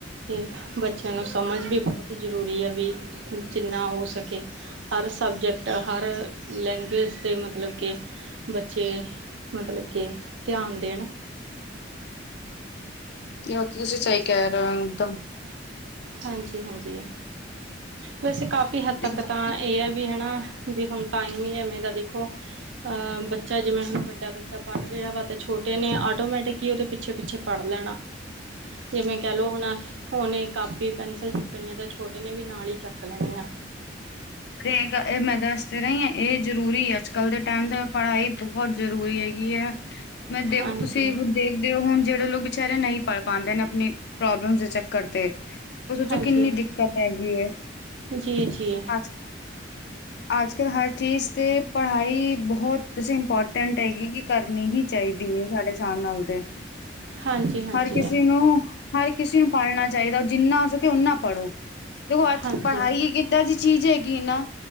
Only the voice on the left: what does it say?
ਨਹੀਂ ਉਹ ਤਾਂ ਤੁਸੀਂ ਸਹੀ ਕਹਿ ਰਹੇ ਓ, ਇਹ ਦਮ।
ਹਮ
ਫੇਕ ਆ, ਮੈਂ ਦੱਸ ਤੇ ਰਹੀ ਆ ਇਹ ਜ਼ਰੂਰੀ ਅੱਜ-ਕੱਲ੍ਹ ਦੇ ਟੈਮ ਪੜ੍ਹਾਈ ਬਹੁਤ ਜ਼ਰੂਰੀ ਹੈਗੀ ਆ। ਮੈਂ ਦੇਖੋ
ਤੁਸੀਂ, ਦੇਖਦੇ ਓ ਹੁਣ ਜਿਹੜੇ ਲੋਕ ਬਚਾਰੇ ਨਹੀਂ ਪੜ੍ਹ ਪਾਉਂਦੇ ਨੇ, ਆਪਣੀ ਪ੍ਰੋਬਲਮ ਦੇ ਚੱਕਰ ਤੇ ਉਹ ਸੋਚੋ
ਕਿੰਨੀ ਦਿੱਕਤ ਹੈਗੀ ਏ,
ਅੱਜ ਅੱਜ-ਕੱਲ੍ਹ ਹਰ ਚੀਜ਼ ਤੇ ਪੜ੍ਹਾਈ ਬਹੁਤ ਜਸੀਂ ਇੰਪੋਰਟੈਂਟ ਹੈਗੀ ਕਿ ਕਰ ਨਹੀਂ ਚਾਹੀਦੀ ਏ ਸਾਡੇ ਸਾਨ ਨਾਲ ਤੇ
ਹਰ ਕਿਸੇ ਨੂੰ ਹਰ ਕਿਸੇ ਨੂੰ ਪੜ੍ਹਨਾ ਚਾਹੀਦਾ, ਜਿੰਨਾ ਹੋ ਸਕੇ ਓਨਾ ਪੜ੍ਹੋ, ਦੇਖੋ ਅੱਜ
ਪੜ੍ਹਾਈ ਇਕ ਏਦਾ ਦੀ ਚੀਜ਼ ਹੈਗੀ ਨਾ